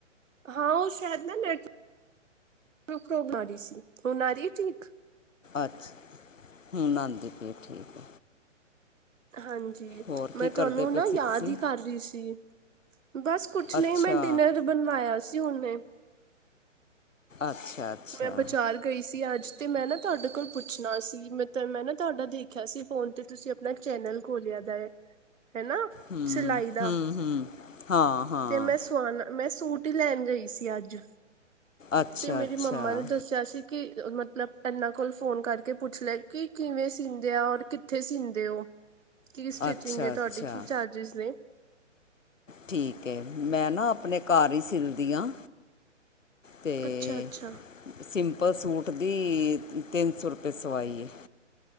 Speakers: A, on the right; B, on the left.
A: ਹਾਂ ਉਹ ਸ਼ਾਇਦ ਨਾ ਨੈਟ ਮ ਆ ਰਹੀ ਸੀ, ਹੁਣ ਆ ਰਹੀ ਏ ਠੀਕ?
B: ਅੱਛਾ ਹੁਨ ਆਂਦੀ ਪੀ ਏ ਠੀਕ।
A: ਹਾਂਜੀ
B: ਹੋਰ
A: ਮੈਂ
B: ਕੀ ਕਰਦੇ
A: ਤੁਹਾਨੂੰ
B: ਪਏ
A: ਨਾ
B: ਸੀ
A: ਯਾਦ
B: ਤੁਸੀਂ
A: ਹੀ ਕਰ ਰੀ ਸੀ। ਬਸ ਕੁਛ ਨਹੀਂ
B: ਅੱਛਾ
A: ਮੈਂ ਡਿਨਰ ਬਣਵਾਇਆ ਸੀ ਹੁਨੇ।
B: ਅੱਛਾ ਅੱਛਾ
A: ਮੈਂ ਬਜਾਰ ਗਈ ਸੀ ਅੱਜ। ਤੇ ਮੈਂ ਨਾ ਤੁਹਾਡੇ ਕੋਲ ਪੁੱਛਣਾ ਸੀ, ਮੈਂ ਤ ਮੈਂ ਨਾ ਤੁਹਾਡਾ ਦੇਖਿਆ ਸੀ ਫੋਨ ਤੇ ਤੁਸੀ ਅਪਣਾ ਚੈਨਲ ਖੋਲਿਆ ਦਾ ਏ। ਹੈਨਾ
B: ਹੂੰ
A: ਸਿਲਾਈ ਦਾ
B: ਹੂੰ ਹੂੰ ਹਾਂ ਹਾਂ
A: ਤੇ ਮੈਂ ਸੁਆਣਾ ਮੈਂ ਸੂਟ ਤੇ ਲੈਣ ਗਈ ਸੀ ਅੱਜ।
B: ਅੱਛਾ।
A: ਤੇ ਮੇਰੀ
B: ਅੱਛਾ
A: ਮੰਮਾ ਨੇ ਦੱਸਿਆ ਸੀ। ਕਿ ਮਤਲਬ ਇਹਨਾਂ ਕੋਲ ਫੋਨ ਕਰਕੇ ਪੁੱਛ ਲੈ, ਕਿ ਕਿਵੇਂ ਸੀਂਦੇ ਆ ਔਰ ਕਿੱਥੇ ਸੀਂਦੇ ਔ? ਕੀ ਸਟਿਚਿੰਗ
B: ਅੱਛਾ
A: ਏ
B: ਅੱਛਾ
A: ਤੁਹਾਡੀ ਕੀ ਚਾਰਜਿਸ ਨੇ?
B: ਠੀਕ ਹੈ, ਮੈਂ ਨਾ ਅਪਣੇ ਘਰ ਹੀ ਸਿਲਦੀ ਆਂ। ਤੇ
A: ਅੱਛਾ ਅੱਛਾ
B: ਸਿੰਪ ਪਰ ਸੂਟ ਦੀ ਤਿੰਨ ਸੌ ਰੁਪਏ ਸਵਾਈ ਏ।